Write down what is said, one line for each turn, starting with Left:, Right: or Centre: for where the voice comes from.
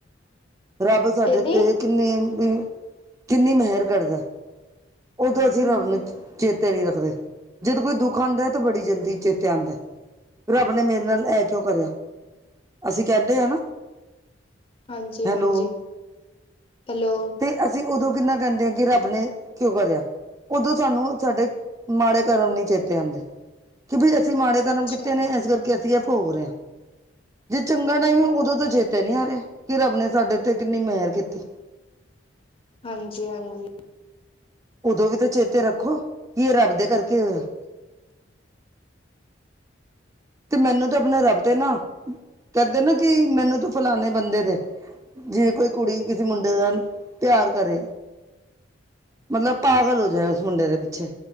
Right: ਰੱਬ ਸਾਡੇ
Left: ਕਿਹਦੀ
Right: ਉਤੇ ਕਿੰਨੀ ਬੀ ਕਿੰਨੀ ਮਿਹਰ ਕਰਦਾ ਐ। ਓਦੋਂ ਅਸੀਂ
Left: ਹਾਂਜੀ
Right: ਰੱਬ ਨੂੰ ਚੇ-ਚੇਤੇ ਨੀ ਰੱਖਦੇ, ਜਿੰਦਗੀ ਕੋਈ ਦੁੱਖ ਆਉਂਦਾ ਤਾਂ ਬੜੀ ਜਲਦੀ ਚੇਤੇ ਆਦਾ ਐ। ਰੱਬ ਨੇ ਮੇਰੇ ਨਾਲ ਐ ਕਿਉਂ ਕਰਿਆ। ਅਸੀਂ ਕਹਿੰਦੇ ਆ ਨਾ?
Left: ਹਾਂਜੀ
Right: ਹੈਲੋ
Left: ਹਾਂਜੀ। ਕਿਲੋ
Right: ਤੇ ਅਸੀਂ ਓਦੋਂ ਕਿੰਨਾ ਕਹਿੰਦੇ ਆ ਕਿ ਰੱਬ ਨੇ ਕਿਉਂ ਕਰਿਆ। ਓਦੋਂ ਸਾਨੂੰ ਸਾਡੇ ਮਾੜੇ ਕਰਮ ਨਈ ਚੇਤੇ ਆਂਦੇ, ਕਿ ਬਈ ਅਸੀਂ ਮਾੜੇ ਕਰਮ
Left: ਅੱਛਾ
Right: ਕੀਤੇ ਨੇ ਇਸ ਕਰਕੇ ਅਸੀਂ ਇਹ ਭੋਗ ਰਹੇ ਆ। ਜੇ ਚੰਗਾ ਟਾਈਮ ਐ ਓਦੋਂ ਤਾਂ ਚੇਤਾ ਨੀ ਆ ਰਿਹਾ। ਕਿ ਰੱਬ ਨੇ ਸਾਡੇ ਉਤੇ ਕਿੰਨੀ ਮਿਹਰ ਕੀਤੀ।
Left: ਹਾਂਜੀ ਹਾਂਜੀ।
Right: ਓਦੋਂ ਵੀ ਤੇ ਚੇਤੇ ਰੱਖੋ, ਕੀ ਇਹ ਰੱਬ ਦੇ ਕਰਕੇ ਹੋਇਆ। ਤੇ ਮੈਨੂੰ ਤਾਂ ਆਪਨੇ ਰੱਬ ਤੇ ਨਾ, ਕਹਿੰਦੇ ਨਾ ਕਿ ਮੈਨੂੰ ਤ ਫਲਾਨੇ ਬੰਦੇ ਦੇ ਜਿਵੇਂ ਕੋਈ ਕੁੜੀ ਕਿਸੇ ਮੁੰਡੇ ਨਾਲ ਪਿਆਰ ਕਰੇ। ਮਤਲਬ ਪਾਗਲ ਹੋ ਜਾਏ ਉਸ ਮੁੰਡੇ ਦੇ ਪਿੱਛੇ।